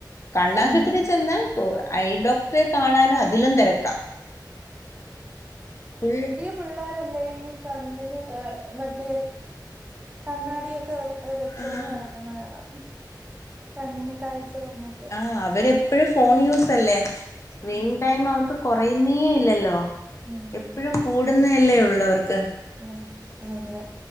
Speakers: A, on the left; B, on the right.
A: കണ്ണാശുപത്രി
B: ഉം
A: ചെന്ന് ഐ ഡോക്ടറെ കാണാനും അതിലും തെരക്കാ ഫുൾ
B: പിള്ളേർല്ലേ ഈ കണ്ണിന് മറ്റേ കണ്ണാടി ഒക്കെ വെക്ക ത് വെച്ചോന്ട്
A: ആഹ്
B: ഇറങ്ങുന്നേ കാണാം കണ്ണിന് കാഴ്ച കൊറഞ്ഞിട്ട്
A: ആഹ് അവരെപ്പോഴും ഫോൺ യൂസ്ല്ല്ലേ? സ്ക്രീൻ
B: ഉം
A: ടൈം അവർക്ക് കുറയുന്നേ ഇല്ലല്ലോ?
B: ഉം
A: ഇപ്പഴും കൂടുന്നല്ലേ ഉള്ളവർക്ക്?
B: ഹും അതെ